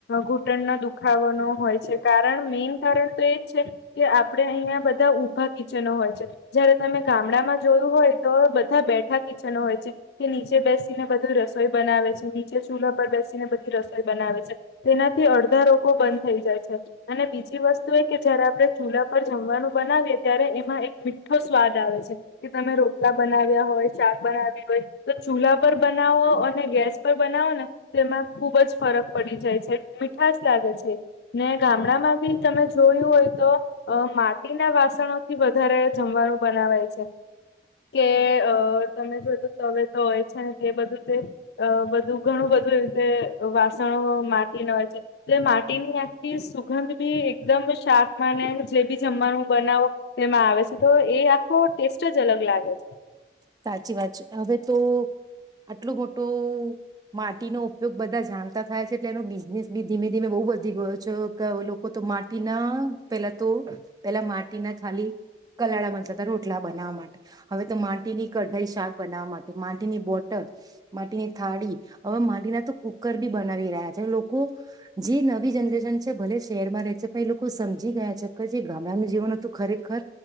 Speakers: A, on the left; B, on the right.
A: ઘૂંટણનો દુખાવો ન હોય છે મેન કારણ તો એ જ છે કે આપણે અહિયાં બધા ઉઊભા કિચનો હોય છે જયારે તમે ગામડામાં જોયું હોય તો બધા બેઠા કિચનો હોય છે કે નીચે બેસીને બધી રસોઈ બનાવે છે નીચે ચૂલાા પર બેસીને બધી રસોઈ બનાવે છે તેનાથી અડધા રોગ બંધ થઈ જાય છે અને બીજી વસ્તુ એ કે જયારે આપડણે ચૂલા પર જમવાનું બનાવીએ ત્યારે એમાં એક મીઠો સ્વાદ આવે છે કે તમે રોટલા બનાવ્યા હોય શાક બનાવી હોય તો ચૂલા પર બનાવો અને ગેસ પર બનાવો ને તો એમાં ખુબ જ ફરક પડી જાય છે મીઠશ લાગે છે ને ગામડામાં બી તમે જોયું હોય તો માટીના વાસણોથી વધારે જમવાનું બનાવાય છે કે અ તમે જોતું તવે તો હોય છે ને એ બધું તે અ બધું ઘણું બધું એ રીતે વાસણો માટીને હોય છે એ માટીની આખી સગંધ બી એકદમ શાકમાંને જે બી જમવાનું બનાવો તેમાં આવે છે તો એ આખો ટેસ્ટ જ અલગ લાગે છે
B: સાચી વાત છે હવે તો આટલું મોટો માટીનોો ઉપયોગ બધા જાણતા થાય છે એટલે એનો બિઝનેસ બી ધીમે ધીમે બહુ વધી ગયો છે કે લોકો તો માટીના પેલા તો પેલા માટીના ખાલી કલાળા બનતાતા રોટલા બનાવવા માટે હવે તો માટીની કઢાઈ શાક બનાવવા માટે માટીની બોટલ માટીની થાળી હવે માટીના તો કુકર બી બનાવી રહ્યા છે લોકો જે નવી જનરેશન છે ભલે શહેરમાં રહે છે પણ એ લોકો સમજી ગયા છે કે જે ગામડાનું જીવન હતું ખરેખર